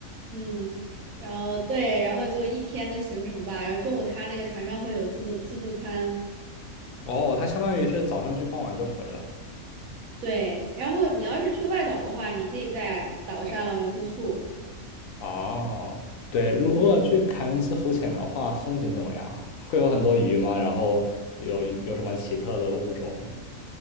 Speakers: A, on the right (about 85°); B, on the left (about 80°).
A: 嗯，然后对，然后就一天的行程吧，然后中午他那个船上会有自助自助餐，
B: 哦，它相当于是早上去，傍晚就回了。
A: 对，然后你要是去外岛的话，你可以在岛上住宿。
B: 哦，对，如果去凯恩斯浮潜的话，
A: 嗯。
B: 风景怎么样？会有很多鱼吗？然后有有什么奇特的物种吗？